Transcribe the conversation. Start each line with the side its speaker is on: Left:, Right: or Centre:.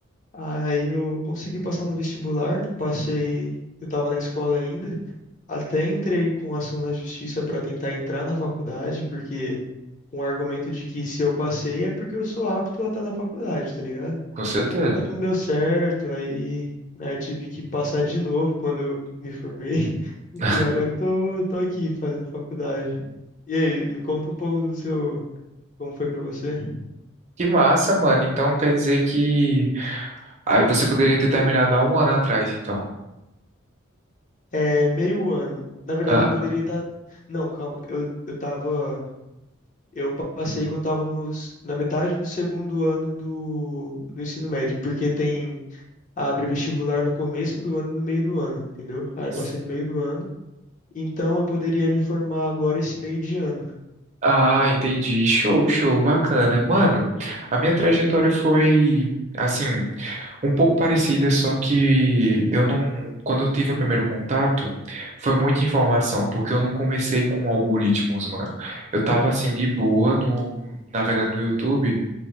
Left: Aí eu consegui passar no vestibular, passei, eu estava na escola ainda, até entrei com ação na justiça para tentar entrar na faculdade, porque com o argumento de que se eu passei é porque eu sou apto a estar na faculdade, tá ligado?
Right: Com certeza.
Left: Só que não deu certo, aí, aí tive que passar de novo quando eu me formei, <laughs>
Right: <laughs>
Left: e agora eu tô, eu tô aqui fazendo faculdade. E aí, me conta um pouco do seu, como foi para você?
Right: Que massa, mano. Então quer dizer que ah, você poderia ter terminado há um ano atrás, então.
Left: É, meio ano. Na verdade,
Right: Ah,
Left: eu poderia estar. Não, calma. Eu, eu tava. Eu passei quando tava no, s- na metade do segundo ano do, do ensino médio, porque tem. Abre vestibular no começo do ano e no meio do ano, entendeu? Aí eu
Right: s-
Left: passei no meio do ano. Então eu poderia me formar agora esse meio de ano.
Right: ah, entendi. Show, show, bacana. Mano, a minha trajetória foi assim, um pouco parecida, só que eu não, quando eu tive o primeiro contato, foi muita informação, porque eu não comecei com algoritmos, mano. Eu tava assim de boa no navegando no YouTube